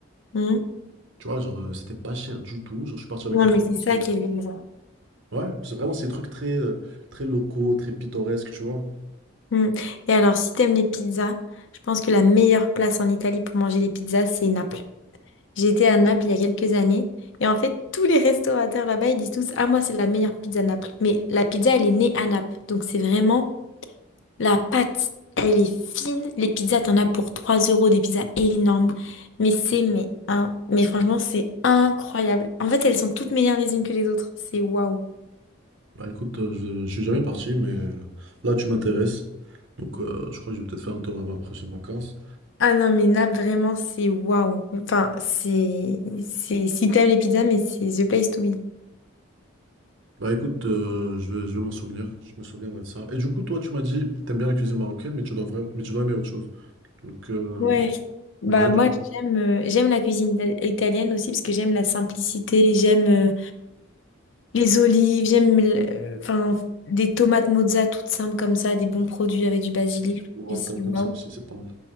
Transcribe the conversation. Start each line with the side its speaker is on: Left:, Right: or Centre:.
Left: Mhm.
Right: Tu vois, genre, euh, c'était pas cher du tout. Genre, je suis parti avec
Left: Non,
Right: mon
Left: mais
Right: frère.
Left: c'est
Right: parce
Left: ça
Right: que- bon,
Left: qui est bien.
Right: Ouais, c'est vraiment ces trucs très, euh, très locaux, très pittoresques, tu vois.
Left: Mm. Et alors, si t'aimes les pizzas, je pense que la meilleure place en Italie pour manger des pizzas, c'est Naples. J'étais à Naples il y a quelques années, et en fait, tous les restaurateurs là-bas, ils disent tous, Ah, moi, c'est la meilleure pizza Naples. Mais la pizza, elle est née à Naples, donc c'est vraiment la pâte, elle est fine. Les pizzas, t'en as pour 3 euros, des pizzas énormes. Mais c'est, mais, un, mais franchement, c'est incroyable. En fait, elles sont toutes meilleures les unes que les autres. C'est waouh.
Right: Bah écoute, euh, je, je suis jamais parti, mais euh, là, tu m'intéresses. Donc, euh, je crois que je vais peut-être faire un tour là-bas après prochaine vacances.
Left: Ah non, mais là, vraiment, c'est waouh. Enfin, c'est, c'est, si t'aimes les pizzas, mais c'est the place to be.
Right: Bah écoute, euh, je vais, je vais m'en souvenir, je me souviendrai de ça. Et du coup, toi, tu m'as dit, t'aimes bien la cuisine marocaine, mais tu dois vraiment, mais tu dois aimer autre chose. Donc, euh,
Left: Ouais. Bah,
Right: ouais, du
Left: moi,
Right: coup,
Left: j'aime, euh, j'aime la cuisine ita- italienne aussi parce que j'aime la simplicité, j'aime euh, les olives, j'aime, l- euh, enfin, des tomates mozza toutes simples comme ça, des bons produits avec du basilic. je trouve
Right: burrata
Left: que C'est
Right: comme
Left: waouh.
Right: ça aussi, c'est pas mal.